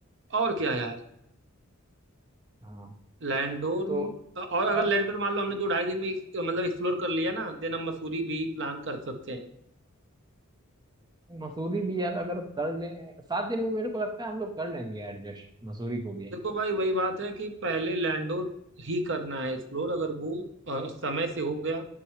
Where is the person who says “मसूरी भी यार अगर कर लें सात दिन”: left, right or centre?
Right